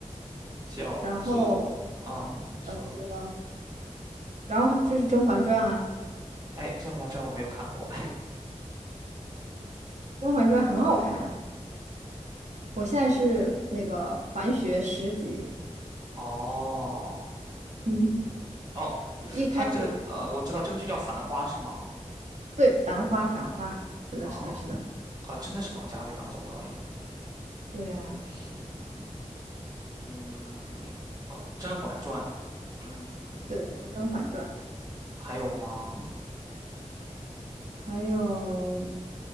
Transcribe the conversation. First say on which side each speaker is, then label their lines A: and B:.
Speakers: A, on the right (about 30°); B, on the right (about 65°).
A: 叫做啊、
B: 然后
A: 你说，
B: 搞错了，然后还就是《甄嬛传》啊，
A: 哎，《甄嬛传》我没有看过，
B: 《甄嬛传》很好看。我现在是那个环学十级，
A: <laughs> 哦
B: <laughs>
A: 哦，
B: 一开始
A: 他这个呃，我知道这个剧叫《繁花》是吗？
B: 对《繁花》，《繁花》是的，
A: 啊
B: 是的，是的，
A: 啊，真的是王家卫当总导演，
B: 对呀、
A: 天呐，嗯，《甄嬛传》，嗯，
B: 对，《甄嬛传》，
A: 还有吗？
B: 还有